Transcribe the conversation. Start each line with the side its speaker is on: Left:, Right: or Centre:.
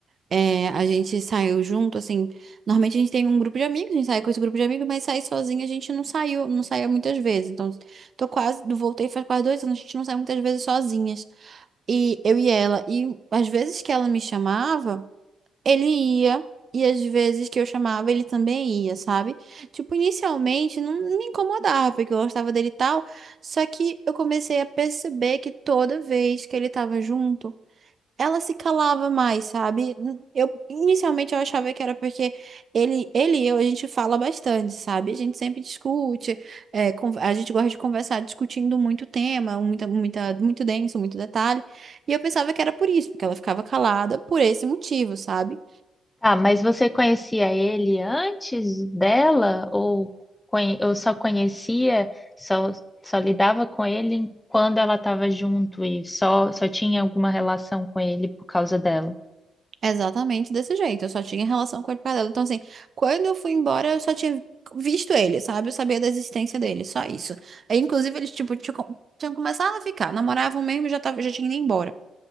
Right: É, a gente saiu junto, assim. Normalmente a gente tem um grupo de amigos, a gente sai com esse grupo de amigos, mas sair sozinha a gente não saiu, não saía muitas vezes. Então, tô quase, voltei faz quase dois anos, a gente não sai muitas vezes sozinhas. E eu e ela. E às vezes que ela me chamava, ele ia. E às vezes que eu chamava, ele também ia, sabe? Tipo, inicialmente não me incomodava, porque eu gostava dele e tal. Só que eu comecei a perceber que toda vez que ele tava junto, ela se calava mais, sabe? Eu inicialmente eu achava que era porque ele, ele e eu a gente fala bastante, sabe? A gente sempre discute, é, con- a gente gosta de conversar discutindo muito tema, muita, muita, muito denso, muito detalhe. E eu pensava que era por isso, porque ela ficava calada por esse motivo, sabe?
Left: Ah, mas você conhecia ele antes dela ou, conhe- ou só conhecia, só, só lidava com ele quando ela estava junto e só, só tinha alguma relação com ele por causa dela?
Right: Exatamente desse jeito. Eu só tinha relação com ele para dela. Então, assim, quando eu fui embora, eu só tinha visto ele, sabe? Eu sabia da existência dele, só isso. Aí, inclusive, eles, tipo, tinham com- tinham começado a ficar, namoravam mesmo e já tava, já tinha ido embora.